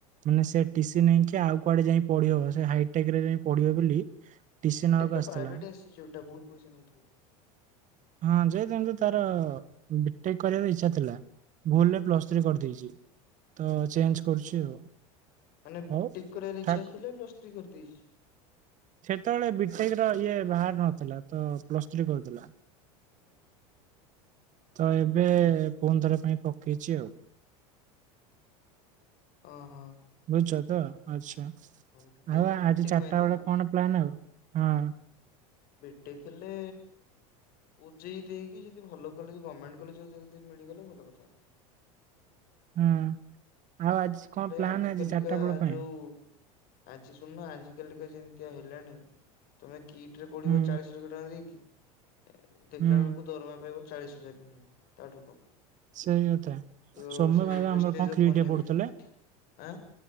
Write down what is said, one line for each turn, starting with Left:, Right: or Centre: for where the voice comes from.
Right: ମାନେ ସେ ଟିସିି ନେଇକି ଆଉ କୁଆଡେ ଯାଇ ପଢିବ ସେ ହାଇଟେକ ରେ ଯାଇ ପଢିବ ବିଲି ଟିଶି
Left: ହାଇଟେକ୍
Right: ନବାକୁ
Left: ଟା
Right: ଆସିଥିଲା
Left: ପ୍ରାଇଭେଟ ଇନଷ୍ଟିଚ୍ୟୁଟ ଟା ବହୁତ ପଇସା ନଉଥିବ।
Right: ହଁ ଯେ ତାରେ ବିଟେକ କରିଆରେ ଇଚ୍ଛା ଥିଲା ଭୁଲରେ ପ୍ଲସ ଥ୍ରୀ କରିଦେଇଛି। ତ ଚେଞ୍ଜ କରୁଛି ଆଉ।
Left: ମାନେ ବିଟେକ
Right: ହଉ
Left: କରିବାର ଇଛା
Right: ଠାକ୍
Left: ଥିଲା ପ୍ଲସ୍ ଥ୍ରି କରିଦେଇଛି।
Right: ସେତେବେଳେ ବିଟେକ ର ଇଏ ବାହାର ନଥିଲା ତ ପ୍ଲସ ଥ୍ରୀ କରୁଥିଲା।
Left: ହୁଁ।
Right: ତ ଏବେ ପୁଣିଥର ପାଇଁ ପକେଇଛି ଆଉ।
Left: ଓ ହୋ।
Right: ବୁଝଛ ତ ଆଚ୍ଛା
Left: ବିଟେକ୍
Right: ଆଉ ଆଜି
Left: ବିଟେକ୍
Right: ଚାରିଟା
Left: ପାଇଁ ତ?
Right: ବେଳେ କଣ ପ୍ଲାନ୍ ଆଉ? ହଁ।
Left: ବିଟେକ୍ କଲେ ଓଜେଇ ଦେଇକି ଯଦି ଭଲ କଲେଜ ଗଭର୍ମେଣ୍ଟ କଲେଜ୍ ମିଳିଗଲେ ଭଲ କଥା।
Right: ହୁଁ। ଆଉ ଆଜି
Left: ନହେଲେ
Right: କଣ ପ୍ଲାନ୍
Left: ଆଜି କାଲିକା
Right: ଚାରିଟା ବେଳ ପାଇଁ?
Left: ଯୋଉ ଆଜି ଶୁଣ ଆଜି କାଲିକା ଯେମିତିଆ ହେଲାଣି ତୁମେ କିଟ୍ ରେ ପଡ଼ିବ
Right: ହୁଁ
Left: ଚାଳିଶ ଲକ୍ଷ ଟଙ୍କା ଦେଇକି ଏ ଦେଖିଲା
Right: ହୁଁ
Left: ବେଳକୁ ଦରମା ପାଇବ ଚାଳିଶ ହଜାର ବି ନୁହେଁ। ତାଠୁ କମ
Right: ସେଇ କଥା।
Left: ତ
Right: ସୌମ୍ୟ
Left: ସେ
Right: ଭାଇ
Left: ୱେଇଷ୍ଟ
Right: ବା ଆମର
Left: ଷ୍ଟେଜ
Right: କଣ
Left: ଅଫ
Right: କ୍ରିଟ୍
Left: ମନି
Right: ରେ
Left: ହଉଛି
Right: ପଢୁଥିଲେ
Left: ନା। ଆ